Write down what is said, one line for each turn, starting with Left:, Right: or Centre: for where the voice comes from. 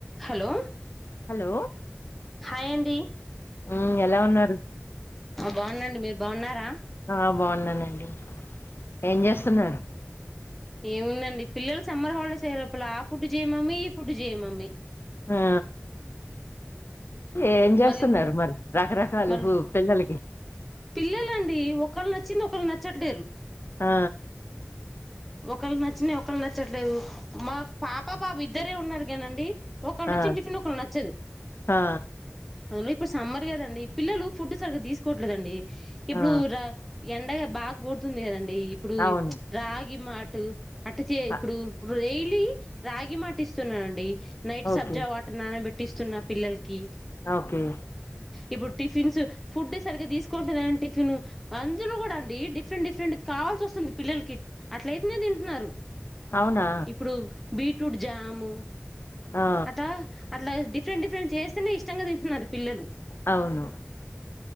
Centre: హలో
Left: హలో
Centre: హాయ్ అండి
Left: మ్మ్ ఎలా ఉన్నారు
Centre: బాగుందండి మీరు బాగున్నారా
Left: ఆ బాగున్నానండి ఏం చేస్తున్నారు
Centre: ఏముందండి పిల్లలు సమ్మర్ హాలిడేస్ అయ్యనప్పుల్డు ఆ ఫుడ్ చేయమమ్మ ఈ ఫుడ్ చేయమామ్మమి
Left: ఆ ఏం చేస్తున్నారు
Centre: మళ్ళీ
Left: మరి రకరకాలు
Centre: మళ్ళీ
Left: ఉ పిల్లలకి
Centre: పిల్లలండి ఒకళ్ళు నచ్చింది ఒకళ్రు నచ్చట్లేరు
Left: ఆ
Centre: ఒకళ్ళు నచ్చిన ఒకళ్ళు నచ్చట్లేదు మా పాప బాబు ఇద్దరే ఉన్నారు కానండి ఒక్కల్ వచ్చన్
Left: ఆ
Centre: టిఫిన్ ఒల్ నచ్చదు
Left: ఆ
Centre: అ రి ఇప్పుడు సమ్మర్ కదండి పిల్లలు ఫుడ్ సరిగ్గా తీసుకోవట్లేదండి ఇప్పుడు
Left: ఆ
Centre: రా ఎండగా బాగా గుడుతుంది కదండడి ఇప్పుడు
Left: అవును
Centre: రాగి మాటు అట్ట చే ఇప్పుడు
Left: ఆ,
Centre: ఇప్పుడు డైలీ రాగి మాటి ఇస్తున్నానండి నైట్
Left: ఓకే
Centre: సబ్జా వాటర్ నానబట్టి ఇస్తున్నా పిల్లలకి
Left: ఓకే
Centre: ఇప్పుడు టిఫిన్స్ ఫుడ్ సరిగా తీసుకోవట్లేదని టిఫిన్ అందులో కూడా అండి డిఫరెంట్ డిఫరెంట్ కావాల్సి వస్తుంది పిల్లలకి అట్ల అయితేనే తింటున్నారు
Left: అవునా
Centre: ఇప్పుడు బీట్రూట్ జాము
Left: ఆ
Centre: అట్టా అట్లా డిఫరెంట్ డిఫరెంట్ చేస్తేనే ఇష్టంగా తింటున్నారు పిల్లలు
Left: అవును